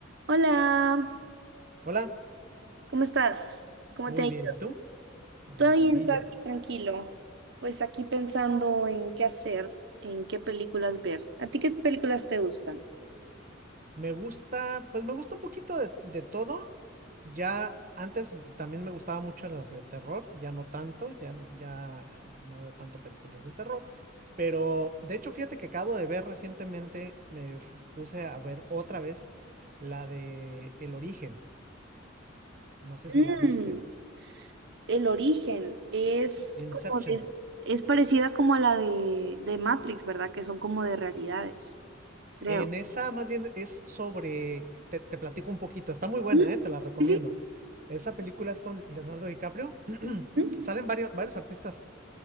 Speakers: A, on the right (about 60°); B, on the right (about 40°).
A: Hola,
B: Hola,
A: ¿cómo estás? ¿Cómo
B: muy
A: te ha ido?
B: bien, ¿y tú? De
A: Todo
B: maravilla.
A: bien, todo aquí tranquilo. Pues aquí pensando en qué hacer, en qué películas ver. ¿A ti qué películas te gustan?
B: Me gusta, pues me gusta un poquito de, de todo. Ya antes también me gustaba mucho las de terror, ya no tanto, ya, n- ya eh, no veo tanto películas de terror. Pero de hecho, fíjate que acabo de ver recientemente, me puse a ver otra vez la de El Origen. No sé
A: Mm,
B: si la viste.
A: El Origen es
B: Inception.
A: como de- es parecida como a la de, de Matrix, ¿verdad? Que son como de realidades, creo.
B: En esa más bien es sobre, te, te platico un poquito, está muy buena,
A: Mm,
B: ¿eh? te la recomiendo.
A: Sí, sí.
B: Esa película es con Leonardo DiCaprio,
A: Mm.
B: salen varios, varios artistas